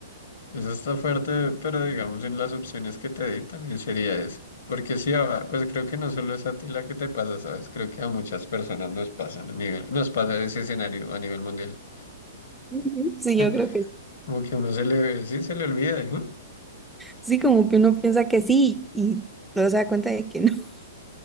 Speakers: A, on the left; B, in the centre.
A: Eso está fuerte, pero digamos en las opciones que te di también sería eso. Porque sí, a- pues creo que no solo es a ti la que te pasa, ¿sabes? Creo que a muchas personas nos pasan a nivel, nos pasa ese escenario a nivel mundial.
B: Ujú. Sí,
A: <laughs>
B: yo creo que
A: Como que uno se le, sí, se le olvida. y, "Uh".
B: sí, como que uno piensa que sí y luego se da cuenta de que no. <laughs>